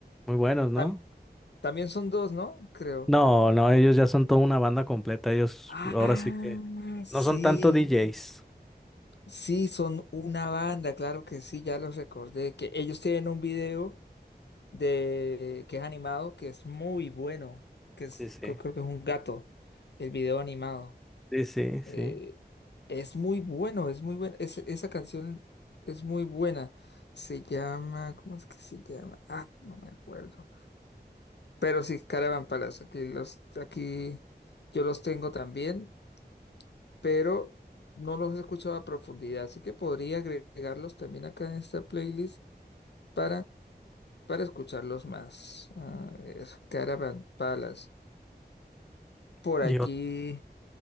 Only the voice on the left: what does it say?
Tam- también son dos, ¿no? Creo.
Cara-
Ah,
sí,
sí, son una banda, claro que sí, ya los recordé. Que ellos tienen un video de que es animado, que es muy bueno, que es,
creo, creo que es un gato, el video animado.
Eh, es muy bueno, es muy buena. esa canción es muy buena. Se llama, ¿cómo es que se llama? Ah, no me acuerdo. Pero sí, Caravan Palace. Aquí los, aquí yo los tengo también, pero no los he escuchado a profundidad. Así que podría agregarlos también acá en esta playlist para, para escucharlos más. A ver, Caravan Palace. Por
allí,